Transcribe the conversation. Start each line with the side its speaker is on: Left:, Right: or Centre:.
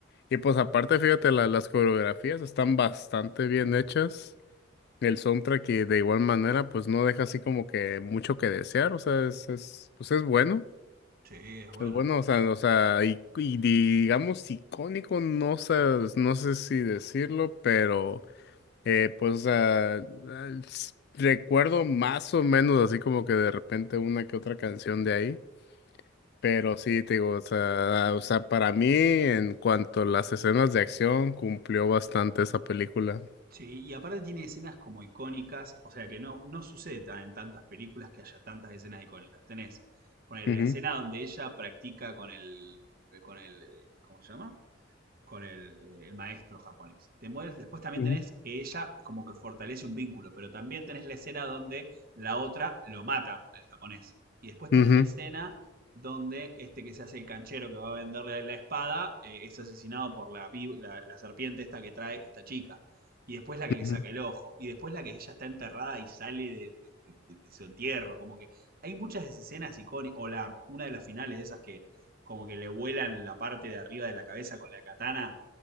Left: Y pues aparte, fíjate, la- las coreografías están bastante bien hechas. El soundtrack y de igual manera, pues no deja así como que mucho que desear, o sea, es, es, pues es bueno.
Right: sí, es bueno.
Left: Pues Bueno, o sea, o sea, y, y digamos icónico, no sé, no sé si decirlo, pero eh, pues o sea, al- s- recuerdo más o menos así como que de repente una que otra canción de ahí, pero sí, te digo, o sea, o sea, para mí en cuanto a las escenas de acción cumplió bastante esa película.
Right: Sí, y aparte tiene escenas como icónicas, o sea que no, no sucede tan- en tantas películas que haya tantas escenas icónicas. Tenés, ponele,
Left: Ujú,
Right: la escena donde ella practica con el, con el, eh, ¿cómo se llama? con el, eh, el maestro japonés. Te mueres- después también
Left: ujú,
Right: tenés que ella como que fortalece un vínculo, pero también tenés la escena donde la otra lo mata al japonés. Y después tenés
Left: ujú,
Right: la escena donde este que se hace el canchero que va a venderle la espada eh, es asesinado por la, vi- la, la serpiente esta que trae esta chica. Y después la que
Left: ujú,
Right: le saca el ojo. Y después la que ella está enterrada y sale de, de- de- de- de su entierro. Como que hay muchas de esas escenas icónicas. O la, una de las finales de esas que como que le vuelan la parte de arriba de la cabeza con la katana